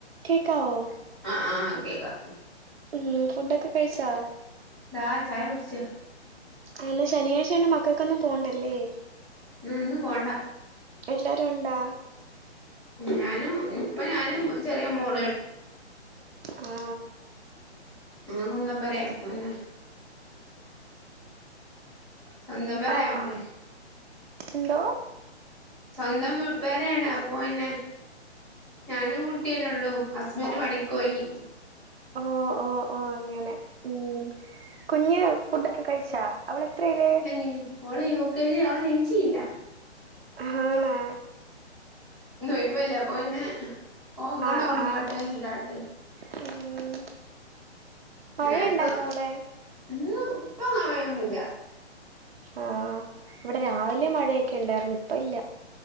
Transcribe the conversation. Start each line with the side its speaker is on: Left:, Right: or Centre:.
Right: കേക്കാവോ?
Centre: അ ആഹ് ആഹ് കേക്കാം.
Right: ഉം, ഫുഡൊക്കെ കഴിച്ചോ?
Centre: ദാ ചായ കുടിച്ച്
Right: ആഹ് ഇന്ന് ശനിയാഴ്ച ആയോണ്ട് മക്കൾക്ക് ഒന്നും പോണ്ടല്ലേ
Centre: ഉം ഇന്ന് പോണ്ട
Right: എല്ലാരു ഉണ്ടാ?
Centre: ഞാനും ഇപ്പ ഞാനും ചെറിയ മോളെ
Right: ഹ്മ്
Centre: മ്മളെ സ്വന്തം പേരെ പോങ്ങനെ സ്വന്തം പെരാവുമ്പളെ
Right: ആഹ് എന്തോ
Centre: സ്വന്തം പെരെ ആണോ അപ്പോ പിന്നെ ഞാനും കുട്ട്യന്നൊള്ളൂ. ഹസ്ബൻഡ് പണിക്കോയീ
Right: ഓഹ് ഓഹ് ഓഹ് അങ്ങനെ ഉം കുഞ്ഞ് ഫുഡൊക്കെ കഴിച്ചാ, അവളെത്രേല്?
Centre: പിന്നെഞ്ഞ് ഓള് യു കെ ജി ഓള് നീച്ചീല്ല.
Right: ആണോ?
Centre: ന്ന് ഒയ് വല്ലേ അപ്പ പിന്നെ, ഒർങ്ങാണേ
Right: ആഹ്
Centre: ഒർങ്ങിയോട്ടെ
Right: ആഹ് ആഹ്
Centre: വെച്ച്ട്ടാട്ട്.
Right: ഉം മഴയുണ്ട
Centre: നേരത്തെ
Right: ഇന്ന്അവിടെ
Centre: ഇന്ന് ഇപ്പ അങ്ങനെ മഴയൊന്നുല്ല
Right: ആഹ് ഇവിടെ രാവിലെ മഴയൊക്കെ ഇണ്ടാര്ന്നു ഇപ്പ ഇല്ല